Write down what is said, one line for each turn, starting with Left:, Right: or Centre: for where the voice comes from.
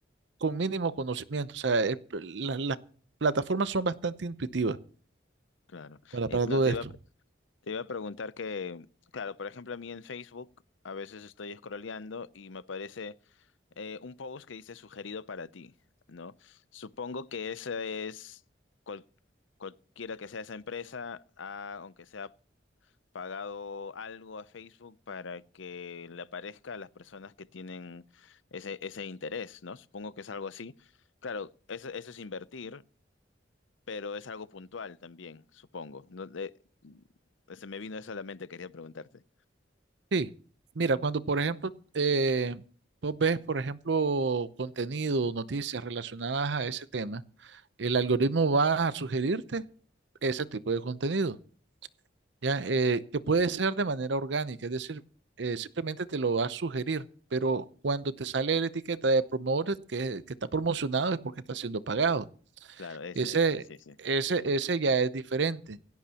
Right: con mínimo conocimiento. O sea, el- la- las plataformas son bastante intuitivas
Left: Claro.
Right: para,
Left: Eh,
Right: para
Left: No,
Right: todo
Left: te
Right: esto.
Left: iba, Te iba a preguntar que, claro, por ejemplo, a mí en Facebook a veces estoy scrolleando y me aparece eh, un post que dice sugerido para ti, ¿no? Supongo que esa es cual- cualquiera que sea esa empresa, ha- aunque sea pagado algo a Facebook para que le aparezca a las personas que tienen ese, ese interés, ¿no? Supongo que es algo así. Claro, eso, eso es invertir pero es algo puntual también, supongo. No, de- se me vino eso a la mente, quería preguntarte.
Right: Sí, mira, cuando por ejemplo eh, vos ves, por ejemplo, contenido, noticias relacionadas a ese tema, el algoritmo va a sugerirte ese tipo de contenido, ¿ya? Eh, que puede ser de manera orgánica, es decir, eh, simplemente te lo va a sugerir, pero cuando te sale la etiqueta de promoted, que, que está promocionado, es porque está siendo pagado.
Left: Claro, esa,
Right: Ese,
Left: esa, sí, sí.
Right: ese, ese ya es diferente,